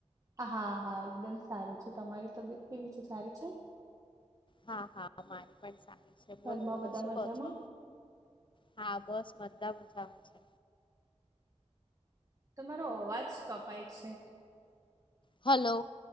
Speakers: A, on the right (about 30°); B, on the left (about 45°).
A: હા હા એકદમ સારી છે. તમારી તબિયત કેવી છે, સારી છે?
B: હા હા મારી પણ સારી છે. બોલો
A: ઘરમાં
B: બોલો
A: બધા
B: શું
A: મજામાં
B: કહો છો? હા, બસ બધાં મજામાં છે.
A: તમારો અવાજ કપાય છે.
B: હલો.